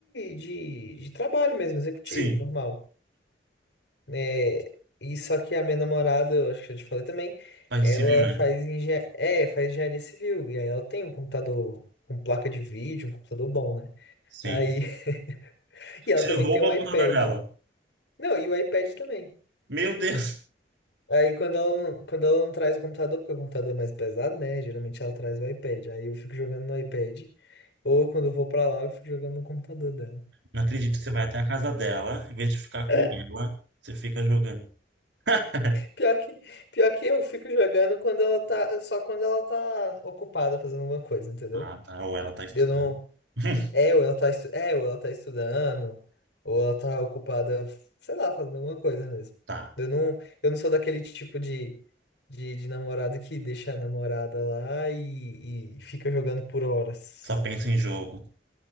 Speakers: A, on the left; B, on the right.
A: de, de trabalho mesmo, executivo,
B: Sim.
A: normal. É, e só que a minha namorada, eu acho que já te falei também,
B: Faz
A: ela
B: civil, né?
A: faz, engen é, faz engenharia civil. E aí ela tem um computador com placa de vídeo, um computador bom, né?
B: Sim.
A: Aí, <laughs> e ela
B: Você
A: também
B: rouba
A: tem um
B: o
A: iPad.
B: computador dela.
A: Não, e o iPad também.
B: Meu Deus!
A: Aí quando ela, não- quando ela não traz o computador, porque o computador é mais pesado, né? Geralmente ela traz o iPad. Aí eu fico jogando no iPad. Ou quando eu vou pra lá, eu fico jogando no computador dela.
B: Não acredito que você vai até a casa dela, em vez de ficar com
A: <laughs>
B: ela, você fica jogando. <laughs>
A: Pior que, pior que eu fico jogando quando ela tá, só quando ela tá ocupada fazendo alguma coisa, entendeu?
B: Ah, tá. Ou ela tá estudando.
A: Eu não,
B: <laughs>
A: É, ou ela tá, estu- é, ou ela tá estudando, ou ela tá ocupada, sei lá, fazendo alguma coisa mesmo.
B: Tá.
A: Eu não, eu não sou daquele tipo de, de, de namorado que deixa a namorada lá e, e fica jogando por horas.
B: Só pensa em jogo.